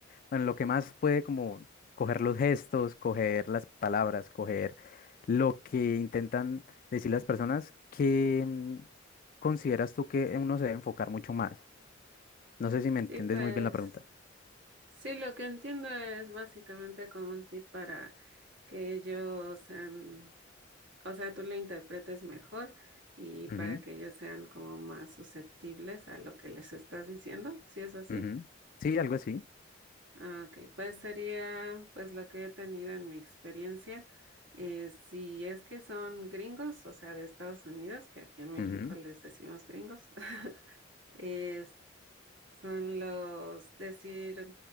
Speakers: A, on the left (about 45°); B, on the right (about 70°).
A: bueno, lo que más puede como coger los gestos, coger las palabras, coger lo que intentan decir las personas, que mm, consideras tú que uno se debe enfocar mucho más? No sé si me entiendes
B: Sí, pues
A: muy bien la pregunta.
B: Sí, lo que entiendo es básicamente como un tip para que ellos sean, o sea, tú lo interpretes mejor y para
A: Ujú,
B: que ellos sean como más susceptibles a lo que les estás diciendo, si es así.
A: ujú. Sí, algo así.
B: Ah, Ok, pues sería pues lo que he tenido en mi experiencia. eh, si es que son gringos, o sea, de Estados Unidos, que aquí en México
A: Ujú,
B: les decimos gringos, <laughs> Es son los decir,